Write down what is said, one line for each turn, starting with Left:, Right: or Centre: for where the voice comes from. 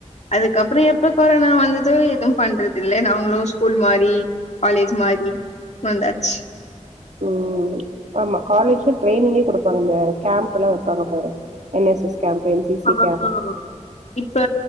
Left: அதுக்கப்புறம் எப்ப கொரோனா வந்ததோ எதுவும் பண்றது இல்லை நாங்களும் ஸ்கூல் மாரி காலேஜ் மாரி வந்தாச்சு
Right: உம் ஆமா காலேஜ்ல ட்ரைனிங்கே குடுப்பாங்க இந்த கேம்ப் எல்லாம் வப்பாங்கபாரு N S S camp, N C C
Left: ஆஹ்ஹ
Right: camp.
Left: இப்ப